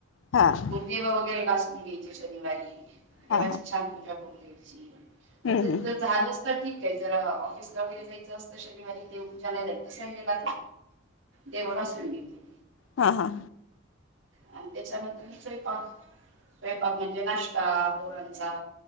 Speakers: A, on the left; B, on the right.
A: हा हा
B: मुलगीला वगैरे डान्स घ्याय शनिवारी देवाची
A: हा
B: छान पूजा करून घ्यायची
A: हम्म हम्म
B: जर झालंच जरा ऑफिसला वगैरे जायचं असतं शनिवारी मध्ये व पूजा नाही राहील मग संडेला जाईल पुसून घेते.
A: हा हा.
B: आणि त्याच्यानंतर स्वयंपाक स्वयंपाक म्हणजे नाश्ता पोरणचा